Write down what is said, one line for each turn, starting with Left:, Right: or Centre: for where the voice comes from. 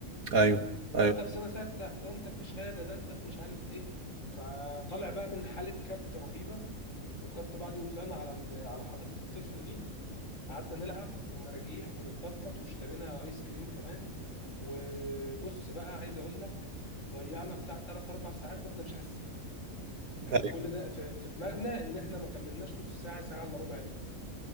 Right: ايوه
Left: ده
Right: ايوه
Left: انت في سنه سته ده انت في شهاده ده انت في مش عارف ايه فطالع بقى من حاله كبت رهيبه وخدت بعضي وطلعنا على ال- على حديقه الطفل دي قعدنا نلعب ومراجيح ونتنطط واشترينا ايس كريم كمان وبص بقى عايز اقول لك ضيعنا بتاع 3 4 ساعات واحنا مش حاسين احنا
Right: ايوه
Left: كل ده في في دماغنا ان احنا ما كملناش نص ساعه ساعه الا ربع يعني